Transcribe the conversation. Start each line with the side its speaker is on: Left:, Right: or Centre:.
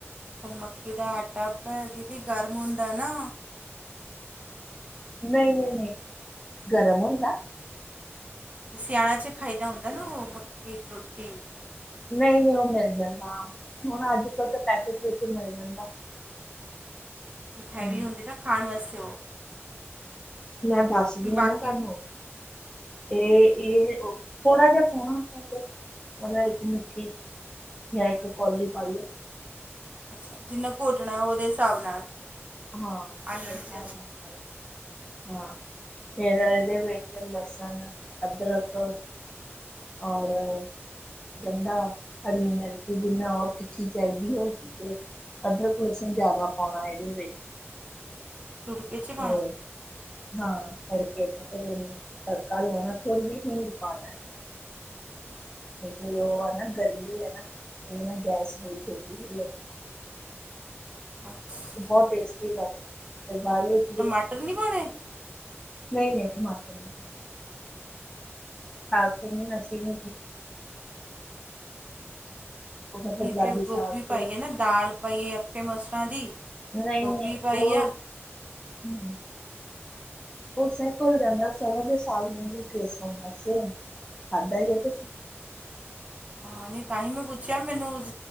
Right: ਮੱਕੀ ਦਾ ਆਟਾ ਭੈ ਦੀਦੀ ਗਰਮ ਹੁੰਦਾ ਨਾ
Left: ਨਹੀਂ ਨਹੀਂ ਨਹੀਂ ਗਰਮ ਹੁੰਦਾ
Right: ਅਤੇ ਸਿਆਲਾ 'ਚ ਖਾਈਦਾ ਹੁੰਦਾ ਨਾ ਉਹ ਮੱਕੀ ਦੀ ਰੋਟੀ
Left: ਨਹੀਂ ਨਹੀਂ ਉਹ ਮਿਲ ਜਾਂਦਾ ਆਮ ਹੁਣ ਅੱਜ ਕਲ ਤਾਂ ਪੈਕੇਟ ਵਿੱਚ ਮਿਲ ਜਾਂਦਾ ਹਮ,
Right: ਹੈਵੀ ਹੁੰਦੀ ਨਾ ਖਾਣ ਵਾਸਤੇ ਉਹ
Left: ਮੈਂ ਦੱਸਦੀ
Right: ਬਾਕੀ
Left: ਹਾਂ ਨਾ ਤੁਹਾਨੂੰ ਤੇ ਇਹ ਥੋੜਾ ਜਿਹਾ ਪਾਉਣਾ ਆਪਾਂ ਫ ਮਤਲਬ ਇੱਕ ਮੁਠੀ ਜਾਂ ਇੱਕ ਕੋਲੀ ਫਾਈ
Right: ਅੱਛਾ ਜਿੰਨਾ ਘੋਟਣਾ ਉਹਦੇ ਹਿਸਾਬ ਨਾਲ
Left: ਹਾਂ ਉਹਦੇ
Right: ਆ ਲਣ
Left: ਹਿਸਾਬ
Right: ਜੇ
Left: ਨਾਲ ਪਾ ਹਾਂ ਫੇਰ ਇਹਦੇ ਵਿੱਚ ਲਸਣ ਅਦਰਕ ਔਰ ਗੰਡਾ ਹਰੀ ਮਿਰਚ ਜਿਨਾ ਉਹ ਤਿਖੀ ਚਾਈਦੀ ਹੋਏਗੀ ਤੇ ਅਦਰਕ ਲਸਨ ਨੂੰ ਜਿਆਦਾ ਪਾਉਣਾ ਇਹਦੇ ਵਿੱਚ
Right: ਤੁੜਕਕੇ ਚ ਪਾਣਾਂ
Left: ਤੇ ਹਾਂ ਤੜਕੇ ਚ ਫਿਰਨੂੰ ਤੜਕਾ ਲਾਉਣਾ ਥੋੜ੍ਹੀ ਜਿਹੀ ਹੀਂਗ ਪਾ ਲੈਣਾ ਉਹ ਹੈ ਨਾ, ਗਰਮੀ ਹੈ ਨਾ ਗੈਸ <unintelligible>
Right: <inaudible>
Left: ਬੋਤ ਟੇਸਟੀ <unintelligible>
Right: ਟਮਾਟਰ ਨਈ ਪਾਣੇ
Left: ਨਈ, ਨਈ ਟਮਾਟਰ ਨੀ ਐ ਖਾ ਕੇ ਨੀ ਨਸੀਏ ਉਹ ਫਿਰ
Right: ਵਿਚੇ
Left: ਪੰਜਾਬੀ
Right: ਗੋਭੀ
Left: ਸਾਗ ਤੇ
Right: ਪਾਈਏ ਨਾ, ਦਾਲ ਪਾਈਏ, ਅੱਖੇ ਮਸਰਾਂ ਦੀ
Left: ਨਹੀਂ
Right: ਗੋਭੀ ਪਾਈ
Left: ਉਹ
Right: ਆ
Left: <inaudible> ਉਸੇ ਘੁਲ ਜਾਂਦਾ ਸਰਿਓ ਦਾ ਸਾਗ ਨੂੰ ਟੇਸਟ ਆਂਦਾ ਸੀ। ਖਾਧਾ ਹੀ ਹੈ, ਤੁਸੀਂ
Right: ਆਨਈ ਤਾਂ ਹੀ ਮੈਂ ਪੁੱਛਿਆ ਮੈਨੂੰ,